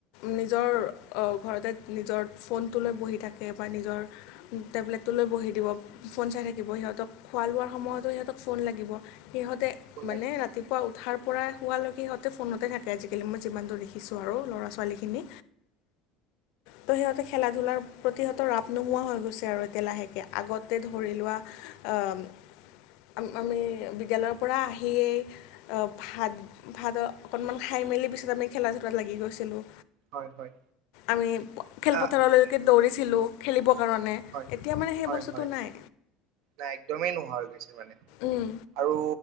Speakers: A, on the left (about 70°); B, on the right (about 65°).
A: নিজৰ অ ঘৰতে নিজৰ ফোনটো লৈ বহি থাকে বা নিজৰ টেবলেটটো লৈ বহি দিব ফোন চাই থাকিব সিহঁতক খোৱা লোৱাৰ সময়তো সিহঁতক ফোন লাগিব। সিহঁতে
B: ফোন
A: মানে
B: লাগিবই
A: ৰাতি- পোৱা উঠাৰ পৰা হোৱালৈকি সিহঁতে ফোনতে থাকে আজি-কালি মই যিমান দূৰ দেখিছোঁ আৰু ল'ৰা-ছোৱালীখিনি ত' সিহঁতে খেলা-ধূলাৰ প্ৰতি সিহঁতৰ ৰাপ নোহোৱা হৈ গৈছে আৰু এতিয়া লাহেকে আগতে ধৰি লোৱা আ- আম আমি বিদ্যালয়ৰ পৰা আহিয়েই অ ভাত ভাত অকণমান খাই মেলি পিছত আমি খেলা-ধূলাত লাগি গৈছিলোঁ।
B: হয় হয়।
A: আমি খেলপথাৰলৈকে
B: আহ
A: দৌৰিছিলোঁ খেলিব- কাৰণে
B: হয়
A: এতিয়া মানে সেই
B: হয়
A: বস্তুটো
B: হয়
A: নাই।
B: নাই একদমেই নোহোৱা হৈ গৈছে মানে
A: উম,
B: আৰু